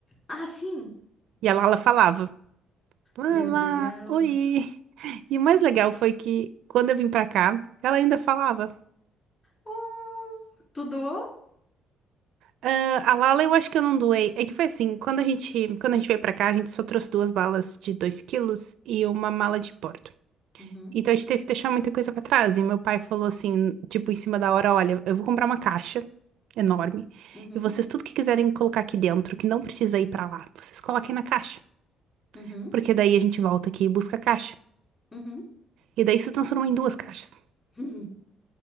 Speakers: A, on the left; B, on the right.
A: Ah, sim.
B: E a Lala falava: Lala,
A: Meu Deus.
B: oi. <laughs> E o mais legal foi que quando eu vim pra cá, ela ainda falava.
A: Oh, tu doou?
B: Ah, a Lala eu acho que eu não doei. É que foi assim, quando a gente, quando a gente veio pra cá, a gente só trouxe duas balas de 2 quilos e uma mala de pó.
A: Uhum,
B: Então a gente teve que deixar muita coisa pra trás. E meu pai falou assim, tipo, em cima da hora, olha, eu vou comprar uma caixa enorme
A: uhum,
B: e vocês tudo que quiserem colocar aqui dentro, que não precisa ir pra lá, vocês coloquem na caixa,
A: uhum,
B: porque daí a gente volta aqui e busca a caixa.
A: uhum.
B: E daí se transformou em duas caixas.
A: <laughs>